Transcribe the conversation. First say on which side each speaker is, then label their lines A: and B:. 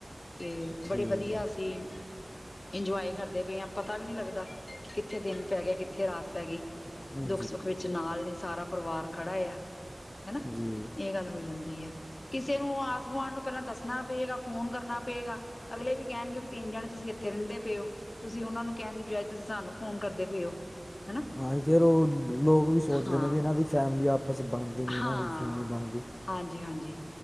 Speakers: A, on the left (about 70°); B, on the left (about 30°).
A: ਅਤੇ
B: ਠੀਕ
A: ਬੜੇ ਵਧੀਆ
B: ਹੈ
A: ਅਸੀਂ ਇੰਜੋਏ ਕਰਦੇ ਪਏ ਆ, ਪਤਾ ਵੀ ਨਹੀਂ ਲੱਗਦਾ, ਕਿੱਥੇ ਦਿਨ ਪੈ ਗਿਆ, ਕਿੱਥੇ ਰਾਤ ਪੈ ਗਈ।
B: ਜੀ ਹਾਂ
A: ਦੁੱਖ ਸੁੱਖ ਵਿੱਚ ਨਾਲ ਨੇ, ਸਾਰਾ ਪਰਿਵਾਰ ਖੜਾ ਆ, ਹਨਾ।
B: ਜੀ ਹਾਂਜੀ
A: ਇਹ ਗੱਲ ਹੋ ਜਾਂਦੀ ਹੈ, ਕਿਸੇ ਨੂੰ ਆਸ ਗੁਆਂਢ ਨੂੰ ਪਹਿਲਾਂ ਦੱਸਣਾ ਪਏਗਾ, ਫੋਨ ਕਰਨਾ ਪਏਗਾ। ਅਗਲੇ ਵੀ, ਕਹਿਣਗੇ ਵੀ ਤਿੰਨ ਜਾਣੇ ਤੁਸੀਂ ਇੱਥੇ ਰਹਿੰਦੇ ਪਏ ਹੋ। ਤੁਸੀਂ ਉਹਨਾ ਨੂੰ ਕਹਿਣ ਦੀ ਬਜਾਏ, ਤੁਸੀਂ ਸਾਨੂੰ ਫੋਨ ਕਰਦੇ ਪਏ ਹੋ। ਹਨਾ
B: ਹਾਂ, ਫਿਰ ਉਹ ਲੋਕ ਵੀ ਸੋਚਦੇ
A: ਹਾਂ
B: ਨੇ, ਵੀ ਇਹਨਾਂ ਦੀ ਫੈਮਿਲੀ ਆਪਸ ਬਣਦੀ। ਨਹੀਂ
A: ਹਾਂ,
B: ਇਹਨਾਂ ਦੀ ਕਿਉਂ ਨਹੀਂ ਬਣਦੀ
A: ਹਾਂਜੀ -ਹਾਂਜੀ।